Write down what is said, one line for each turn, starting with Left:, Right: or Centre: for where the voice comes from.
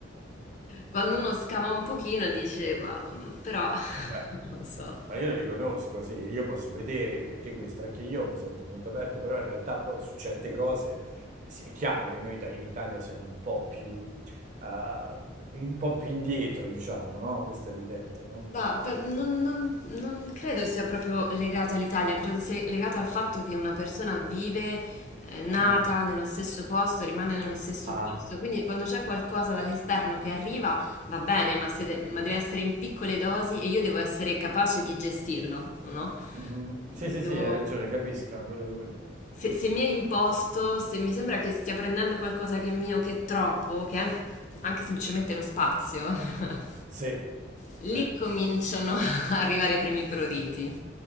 Left: quando uno scava un pochino dice, ma mm, però <laughs>
Right: Vabbè,
Left: non lo so.
Right: ma io lo riconosco, sì, io posso vedere anche questo, anche io mi sento molto aperto, però in realtà poi su certe cose eh, sì, è chiaro che noi ita- in Italia siamo un po' più, eh, un po' più indietro, diciamo, no? Questo è evidente, no?
Left: Ma per- non, non- non credo sia proprio legato all'Italia, credo sia legato al fatto che una persona vive, eh, nata
Right: Mm.
Left: nello stesso posto, rimane nello stesso
Right: Ah.
Left: posto, quindi quando c'è qualcosa dall'esterno che arriva va bene, ma, se de- ma deve essere in piccole dosi e io devo essere capace di gestirlo, o no?
Right: Mhm.
Left: Devo-
Right: Sì, sì, sì, hai ragione, capisco quello che vuoi dire.
Left: se, se mi è imposto, se mi sembra che stia prendendo qualcosa che è mio, che è troppo, che è an- anche semplicemente lo spazio, <laughs>
Right: Sì,
Left: lì
Right: sì,
Left: cominciano <laughs> a arrivare i primi pruriti.